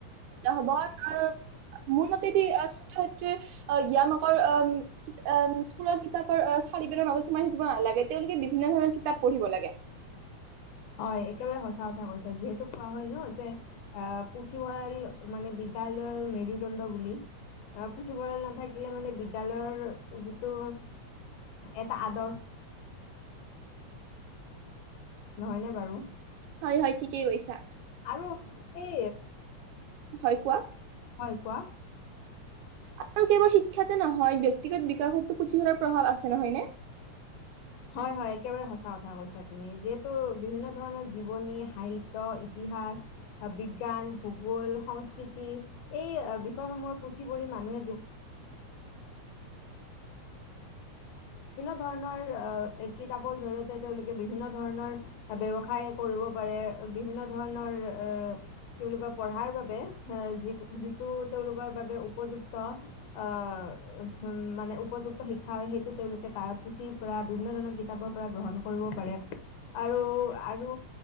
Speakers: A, on the right; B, on the left.
A: হ'ব আহ মোৰ মতেদি শিক্ষয়ত্ৰীৰ জ্ঞান অকল আহ স্কুলৰ কিতাপৰ চাৰিবেৰৰ মাজত সোমাই থাকিব নালাগে তেওঁলোকে বিভিন্ন ধৰণৰ কিতাপ পঢ়িব লাগে
B: হয় একেবাৰে সঁচা কথা কৈছে যিহেতু কোৱা হয় ন যে আহ পুথিভঁৰাল মানে বিদ্যালয়ৰ মেৰুদণ্ড বুলি পুথিভঁৰাল নাথাকিলে মানে বিদ্যালয়ৰ। যিটো এটা আদ নহয়নে বাৰু।
A: হয় হয় ঠিকেই কৈছা
B: আৰু এই
A: হয় কোৱা
B: হয় কোৱা
A: আৰু কেৱল শিক্ষাতে নহয় ব্যক্তিগত বিকাশতো পুথিভঁৰালৰ প্ৰভাৱ আছে নহয়নে
B: হয় হয় একেবাৰে সঁচা কথা কৈছা তুমি যিহেতু বিভিন্ন ধৰণৰ জীৱনী, সাহিত্য, ইতিহাস, বিজ্ঞান ভূগোল, সংস্কৃতি এই বিষয়সমূহৰ পুথি পঢ়ি মানুহ ধৰণৰ কিতাপৰ জৰিয়তে তেওঁলোকে বিভিন্ন ধৰণৰ ব্যৱসায় কৰিব পাৰে বিভিন্ন ধৰণৰ এ কি বুলি কয় পঢ়াৰ বাবে এ যি যিটো তেওঁলোকৰ বাবে উপযুক্ত আহ উ মানে উপযুক্ত শিক্ষা হয় সেইটো তেওঁলোকে তাৰ পুথিৰ পৰা বিভিন্ন ধৰণৰ কিতাপৰ পৰা গ্ৰহণ কৰিব পাৰে আৰু আৰু